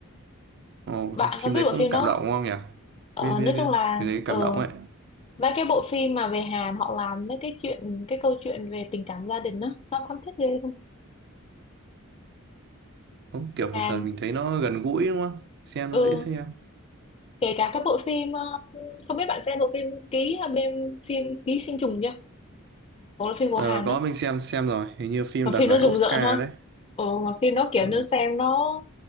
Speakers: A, on the right; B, on the left.
A: Ồ,
B: bạn
A: phim phim
B: có biết
A: đấy
B: bộ
A: cũng
B: phim
A: cảm
B: đó
A: động
B: không?
A: đúng không nhỉ?
B: Ờ,
A: Biết biết
B: nói
A: biết.
B: chung là
A: Cái đấy cảm
B: ờ,
A: động ấy.
B: mấy cái bộ phim mà về Hàn họ làm mấy cái chuyện cái câu chuyện về tình cảm gia đình đó nó thấm thiết ghê không
A: Đúng, kiểu
B: Hàn
A: một lần mình thấy nó gần gũi đúng không? Xem
B: ừ
A: nó dễ xem.
B: kể cả các bộ phim ờ, không biết bạn xem bộ phim ký hay bên phim ký sinh trùng chưa cũng là phim của
A: Ờ,
B: Hàn
A: có
B: á
A: mình xem xem rồi hình như phim
B: mà
A: đạt
B: phim
A: giải
B: nó rùng
A: Oscar
B: rợn ha
A: đấy
B: ừ, mà phim nó kiểu
A: ừ.
B: như xem nó,